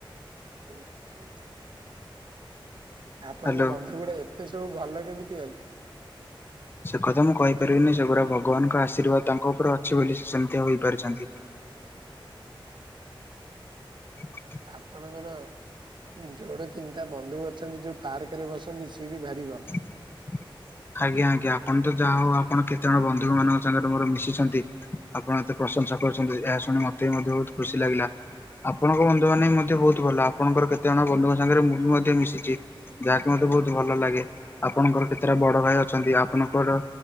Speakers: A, on the right (about 60°); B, on the left (about 25°).
A: ହ ଆପଣଙ୍କ
B: ହ୍ୟାଲୋ।
A: ବନ୍ଧୁ ଗୁଡା ଏତେ ସବୁ ଭଲ କେମିତି ହେଲେ?
B: ସେ କଥା ମୁଁ କହିପାରିବିନି, ସେଗୁଡ଼ା ଭଗବାନଙ୍କ ଆଶୀର୍ବାଦ ତାଙ୍କ ଉପରେ ଅଛି ବୋଲି ସେ ସେମିତି ହୋଇପାରିଛନ୍ତି। ହ
A: ଆପଣଙ୍କର ଯୋଉଠୁ ତିନିଟା ବନ୍ଧୁ ଅଛନ୍ତି ଯୋଉ ପାର୍କ ରେ ବସନ୍ତି ସିଏ ବି ଭାରି ଭଲ।
B: ଁ ଆଜ୍ଞା ଆଜ୍ଞା, ଆପଣ ତ ଯାହା ହଉ ଆପଣ କେତେ ଜଣ ବନ୍ଧୁ ମାନଙ୍କ ସାଙ୍ଗରେ ମୋର ମିଶିଛନ୍ତି। ଆପଣ ଏତେ ପ୍ରଶଂସା କରୁଛନ୍ତି, ଏହା ଶୁଣି ମତେ ବି ମଧ୍ୟ ବହୁତ ଖୁସି ଲାଗିଲା। ଆପଣଙ୍କ ବନ୍ଧୁମାନେ ମଧ୍ୟ ବହୁତ ଭଲ, ଆପଣଙ୍କର କେତେଜଣ ବନ୍ଧୁଙ୍କ ସାଙ୍ଗରେ ମୁଁ ବି ମଧ୍ୟ ମିଶିଛି। ଯାହାକି ମତେ ବହୁତ ଭଲ ଲାଗେ, ଆପଣଙ୍କର କେତେଟା ବଡ ଭାଇ ଅଛନ୍ତି ଆପଣଙ୍କର।